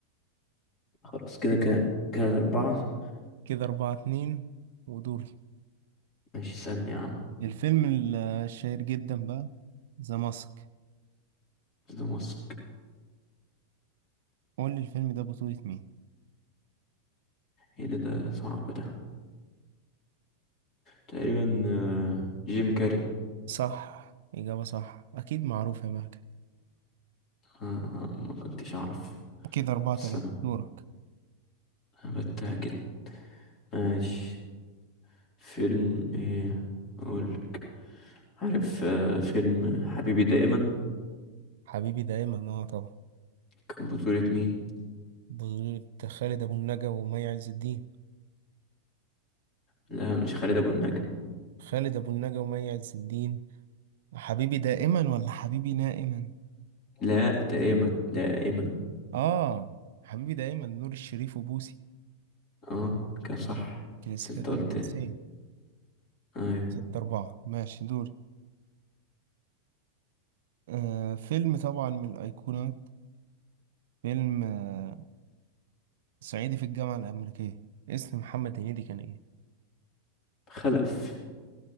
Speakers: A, on the left; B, on the right.
A: خلاص كده كده كده الاربعة
B: كده أربعة اتنين ودوري
A: ماشي اسألني يا عم
B: الفيلم ال- الشهير جدا بقى ذا ماسك
A: ده ماسك
B: قول لي الفيلم ده بطولة مين
A: ايه ده ده صعب ده تقريبا آه، جيم كاري
B: صح إجابة صح أكيد معروف يا مهجد
A: آه، ما كنتش اعرف
B: كده أربعة
A: بس
B: تلاتة
A: انا
B: دورك
A: أنا بتأكد ماشي فيلم ايه اقول لك عارف آه، فيلم حبيبي دائما
B: حبيبي دايما اه طبعا
A: كان بطولة مين
B: بطولة خالد أبو النجا ومي عز الدين
A: لا مش خالد ابو النجا
B: خالد أبو النجا ومي عز الدين حبيبي دائما ولا حبيبي نائما
A: لا ده ايمن ده ايمن
B: آه حبيبي دايما نور الشريف وبوسي
A: اه كان صح
B: كلاسيكيات
A: بس انت قلت
B: الرومانسية
A: ايوه
B: ستة أربعة ماشي دوري آه فيلم طبعا من الأيقونات فيلم آه صعيدي في الجامعة الأمريكية اسم محمد هنيدي كان إيه؟
A: خلف